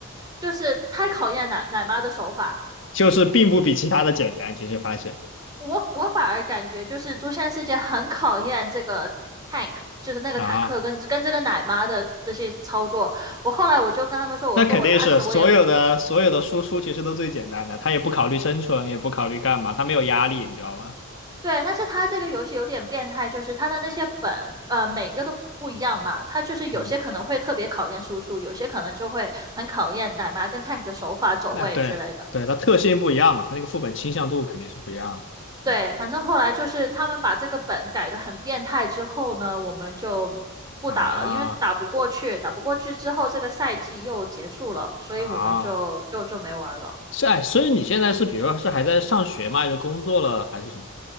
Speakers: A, on the right; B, on the left.
A: 就是太考验奶奶妈的手法。
B: 就是并不比其他的简单，其实发现
A: 我我反而感觉就是《诛仙世界》很考验这个 tank，就是那个坦克跟跟这个奶妈的这些操作。
B: 啊。
A: 我后来我就跟他们说，我说我打死我也不
B: 那肯定是所有的所有的输出其实都最简单的，他也不考虑生存，也不考虑干嘛，他没有压力，你知道吗？
A: 对，但是他这个游戏有点变态，就是他的那些本，呃，每一个都不一样嘛。他就是有些可能会特别考验输出，
B: 嗯，
A: 有些可能就会很考验奶妈跟 tank 的手法、走位之类的。
B: 那对对，他特性不一样嘛，他那个副本倾向度肯定是不一样的。
A: 对，
B: 对
A: 反正后来就是他们把这个本改得很变态之后呢，我们就不打了，
B: 啊
A: 因为打不过去，打不过去之后这个赛季又结束了，所以我们就就就没玩了。
B: 啊，是哎，所以你现在是比如说是还在上学吗？还是工作了还是什么？